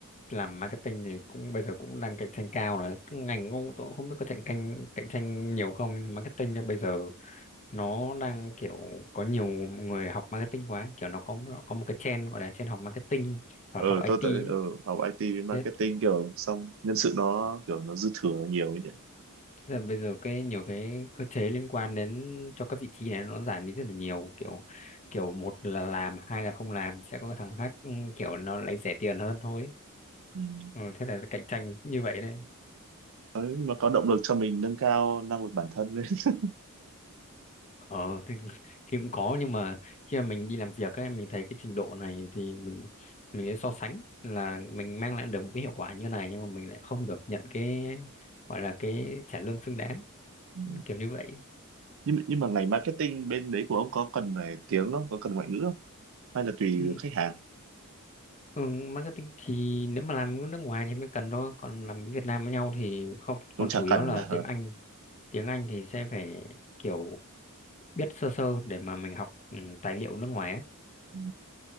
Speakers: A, on the left; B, on the right.
A: làm marketing thì cũng bây giờ cũng đang cạnh tranh cao rồi Cái ngành ông tôi cũng không biết có cạnh tranh cạnh tranh nhiều không nhưng marketing á, bây giờ nó đang kiểu có nhiều người học marketing quá kiểu nó có nó có một cái trend gọi là trend học marketing hoặc
B: ừ
A: là học IT
B: tôi tới
A: ấy
B: ừ, học IT marketing
A: Thế
B: kiểu xong nhân sự nó kiểu nó dư thừa nhiều ấy
A: Thế là bây giờ cái nhiều cái cơ chế liên quan đến cho các vị trí này nó giảm đi rất là nhiều kiểu kiểu một là làm hai là không làm sẽ có cái thằng khác ừ, kiểu nó lấy rẻ tiền hơn thôi
B: nhỉ
A: ừ, thế là cạnh tranh như vậy đấy
B: Đấy, mà có động lực cho mình nâng cao năng lực bản thân lên <laughs>
A: ờ thì, <laughs> thì cũng có nhưng mà khi mà mình đi làm việc ấy mình thấy cái trình độ này thì mình mình sẽ so sánh là mình mang lại được một cái hiệu quả như này nhưng mà mình lại không được nhận cái gọi là cái trả lương xứng đáng
B: Ừ.
A: kiểu như vậy
B: nhưng nhưng mà ngành marketing bên đấy của ông có cần phải tiếng không có cần ngoại ngữ không hay là tùy
A: ừ.
B: khách hàng
A: Ừ, marketing thì nếu mà làm ở nước ngoài thì mới cần thôi còn làm với Việt Nam với nhau thì không
B: cũng
A: còn
B: chả
A: chủ yếu
B: cần
A: là
B: nhỉ <laughs> Ờ,
A: tiếng Anh tiếng Anh thì sẽ phải kiểu biết sơ sơ để mà mình học ừ, tài liệu nước ngoài ấy.
B: Ừ.